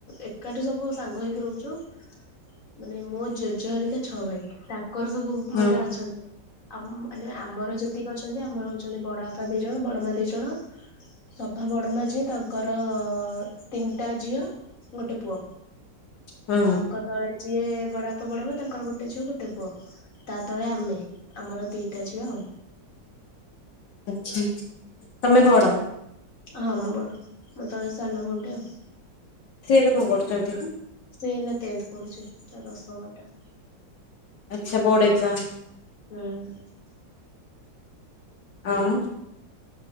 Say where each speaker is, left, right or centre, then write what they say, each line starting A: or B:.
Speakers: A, on the left; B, on the left.
A: ଏ କାଠି ସବୁ ସାଙ୍ଗ ହେଇକି ରହୁଛୁ।
B: ହ
A: ମାନେ ମୋ ଜେଜ ହରିକା ଛଅ ଭାଇ ତା ଙ୍କର ସବୁ
B: ହୁଁ
A: ମାନେ ଅଛନ୍ତି ଆ ମାନେ ଆମର ଯେତିକି ଅଛନ୍ତି ଆମର ହଉଛନ୍ତି ବଡ ବାପା ଦି ଜଣ ବଡମା ଦି ଜଣ। ସଭା ବଡମା ଝିଅ ତାଙ୍କର ତିନିଟା ଝିଅ। ଗୋଟେ ପୁଅ
B: ହୁଁ
A: ତାଙ୍କ ତଳେ ଯିଏ ବଡବାପା ବଡମା ତାଙ୍କର ଗୋଟେ ଝିଅ ଗୋଟେ ପୁଅ ତା ତଳେ ଆମେ ଆମର ଦି ଟା ଝିଅ ଆଉ।
B: ଆଛା ତମେ ବଡ?
A: ହଁ ମୁଁ ବଡ ମୋ ତଳେ ସାନ ଭଣ୍ଟେ ଆଉ।
B: ସେ ଏବେ କଣ କରୁଛନ୍ତି?
A: ସେ ନା ଟେନ୍ଥ ପଢୁଛି ତା ଦଶମ ଏଟା
B: ଆଚ୍ଛା ବୋର୍ଡ ଏଗଜାମ।
A: ହୁଁ।
B: ହଁ।